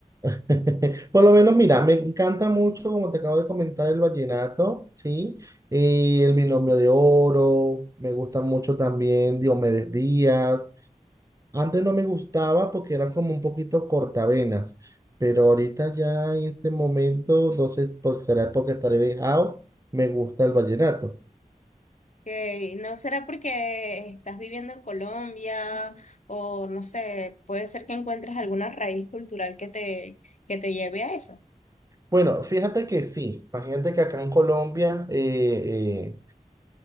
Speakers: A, on the right; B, on the left.
A: <laughs> Por lo menos, mira, me encanta mucho, como te acabo de comentar, el vallenato, ¿sí? Eh, el binomio de oro, me gusta mucho también Diomedes Díaz, Antes no me gustaba porque eran como un poquito cortavenas, pero ahorita ya en este momento, no sé, por, será porque estaré dejado, me gusta el vallenato.
B: Que no será porque estás viviendo en Colombia o no sé, puede ser que encuentres alguna raíz cultural que te, que te lleve a eso.
A: Bueno, fíjate que sí, imagínate que acá en Colombia, eh, eh,